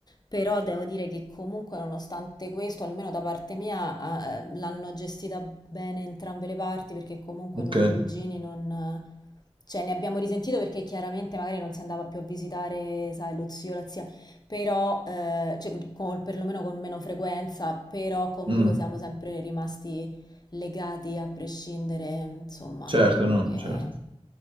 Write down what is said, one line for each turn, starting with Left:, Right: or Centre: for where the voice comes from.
Left: però devo dire che comunque nonostante questo, almeno da parte mia, eh, l'hanno gestita bene entrambe le parti, perché comunque
Right: ok.
Left: noi cugini non... Cioè, ne abbiamo risentito perché chiaramente magari non si andava più a visitare, sai, lo zio, la zia però, eh, cioè, con- perlomeno con meno frequenza, però comunque
Right: Mh.
Left: siamo sempre rimasti legati a prescindere, insomma,
Right: Certo,
Left: perché...
Right: no, certo.